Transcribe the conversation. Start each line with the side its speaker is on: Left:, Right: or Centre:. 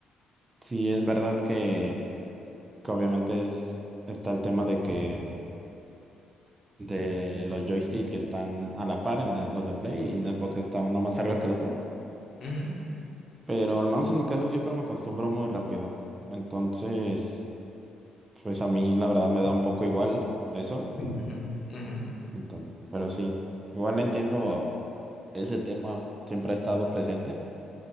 Right: Sí, es verdad que, que obviamente es, está el tema de que de los joysticks están a la par en el- los de Play y en Xbox está uno más arriba que el otro,
Left: Ujú,
Right: pero al menos en mi caso siempre me acostumbro muy rápido. Entonces, pues a mí la verdad me da un poco igual eso.
Left: ujú, ujú,
Right: Entonces, pero sí, igual entiendo ese tema, siempre ha estado presente,